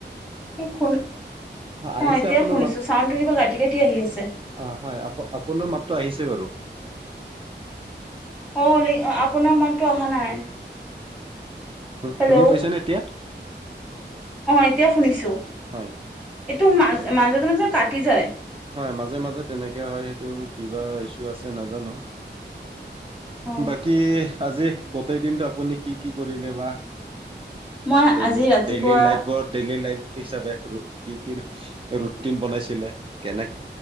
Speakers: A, in the centre; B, on the right.
A: শুন,
B: হয় আহিছে
A: অ' এতিয়া
B: আপোনাৰ
A: শুনিছো
B: মাত
A: চাউণ্ডটো কিবা কাটি কাটি আহি আছে।
B: অ হয় আপ আপোনাৰ মাতটো আহিছে বাৰু
A: অ' আপোনাৰ মাততো অহা নাই।
B: শু
A: হেল্ল'
B: শুনি পাইছেনে এতিয়া
A: অ' এতিয়া শুনিছো।
B: হয়
A: এইটো মাজ
B: অ
A: মাজতে মাজে কাট কাটি যায়।
B: হয় মাজে মাজে তেনেকা হয় হেইটো কিবা ইচো আছে নাজানোঁ।
A: অ
B: বাকী আজি গোটেই দিনটো আপুনি কি কি কৰিলে বা?
A: মই
B: ডেই
A: আজি ৰাতিপুৱা
B: ডেইলি লাইফ ডেইলি লাইফ হিচাপে কি কি ৰুটিন বনাইছিলে? কেনে